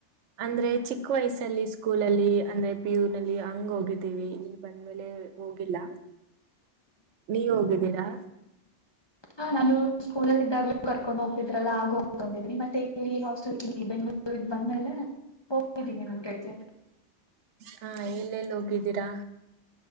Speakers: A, on the right; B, on the left.
A: ಅಂದ್ರೆ ಚಿಕ್ಕ ವಯಸ್ಸಲ್ಲಿ ಸ್ಕೂಲ ಅಲ್ಲಿ ಅಂದ್ರೆ ಪ ಯು ನಲ್ಲಿ ಹಂಗ ಹೋಗಿದ್ದೀವಿ ಇ ಬಂದ್ಮೇಲೆ ಹೋಗಿಲ್ಲ. ನೀವ ಹೋಗಿದ್ದೀರಾ.
B: ಹಾ ನಾನು ಸ್ಕೂಲಲ್ಲಿ ಇದ್ದಾಗಲೂ ಕರ್ಕೊಂಡ್ ಹೋಗ್ತಿದ್ರಲ್ಲಾ ಆಗ ಹೋಗ್ಕತಿದ್ರಿ ಮತ್ತೆ ಇ ಹಾಸ್ಟೆಲ್ ಇಲ್ಲಿ ಬೆಂಗಳೂರಿ. ಬಂದ ಮೇಲೆ ಹೋಗಿದ್ದೀನಿ <unintelligible>
A: ಹಾ ಎಲ್ಲೆಲ್ಲಿ ಹೋಗಿದ್ದೀರಾ.